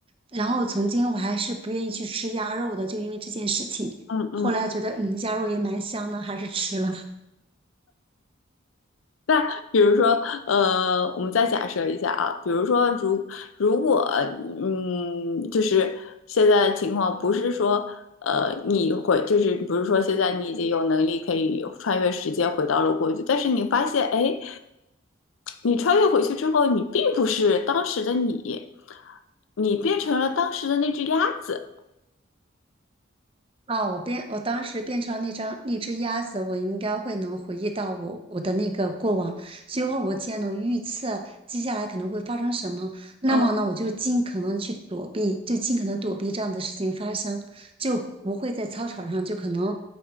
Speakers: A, on the right; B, on the left.
A: 然后曾经我还是不愿意去吃鸭肉的，就因为这件事情。
B: 嗯嗯。
A: 后来觉得嗯，鸭肉也蛮香的，还是吃了。
B: 那比如说，呃，我们再假设一下啊，比如说如，如果，嗯，就是现在情况不是说，呃，你回，就是不是说现在你已经有能力可以穿越时间回到了过去，但是你发现，哎，你穿越回去之后，你并不是当时的你，你变成了当时的那只鸭子，
A: 啊，我变，我当时变成那张那只鸭子，我应该会能回忆到我我的那个过往，所以话我既然能预测接下来可能会发生什么，那么呢，
B: 嗯
A: 我就尽可能去躲避，就尽可能躲避这样的事情发生，就不会在操场上就可能